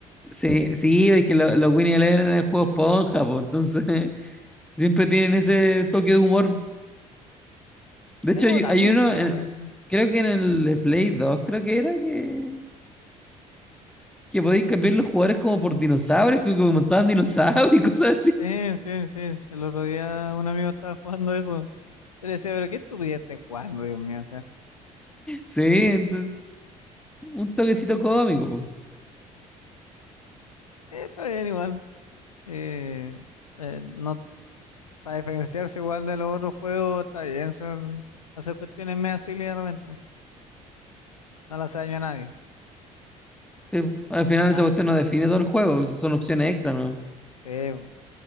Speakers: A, in the centre; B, on the left.
A: Sí, sí, es que lo- los Winnie Eleven eran el juego esponja, pues, entonces <laughs> siempre tienen ese toque de humor. De hecho,
B: Es como
A: hay,
B: tan
A: hay uno, eh,
B: raro eso.
A: creo que en el de Play dos creo que era que que podéis cambiar los jugadores como por dinosaurios, que como montaban dinosaurios y cosas así.
B: Eh, sí, sí, sí, El otro día un amigo estaba jugando eso. Yo le decía, pero qué estupidez estás jugando, Dios mío.
A: Sí, entonces, un toquecito cómico.
B: Eh, está bien igual. Eh, eh, no, para diferenciarse igual de los otros juegos, está bien ser- hacer cuestiones medio silly de repente. No las hace daño a nadie.
A: Sí, Al final
B: Ah,
A: esa cuestión no define todo el juego, si son opciones extra, no.
B: sí, po.